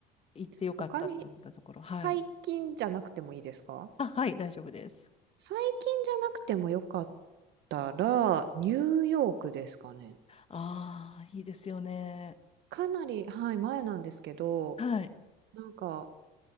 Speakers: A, on the left; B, on the right.
A: 行ってよかったって思ったところ。
B: 他に、
A: はい。
B: 最近じゃなくてもいいですか
A: あ、はい、大丈夫です。
B: 最近じゃなくてもよかったら、ニューヨークですかね。
A: ああ、いいですよね。
B: かなり、はい、前なんですけど、
A: はい。
B: なんか、